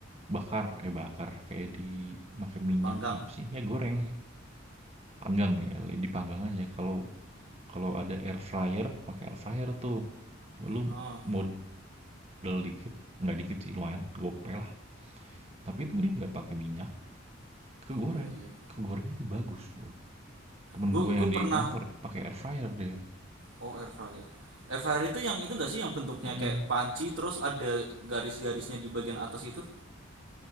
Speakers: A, on the right; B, on the right.
A: bakar eh bakar kayak di pakai minyak
B: Panggang.
A: apa sih ya goreng sih panggang ya dipanggang aja kalau kalau ada air fryer pakai air fryer tuh lu
B: Oh,
A: modal dikit nggak dikit sih lumayan gope lah tapi itu dia nggak pakai minyak Kegoreng,
B: iya iya.
A: kegoreng itu bagus Bro. Temen
B: Gua
A: gue
B: gua
A: yang
B: pernah
A: di kantor pakai air fryer dia.
B: oh air fryer. Air fryer itu yang itu enggak sih yang bentuknya
A: Mhm.
B: kayak panci terus ada garis-garisnya di bagian atas gitu?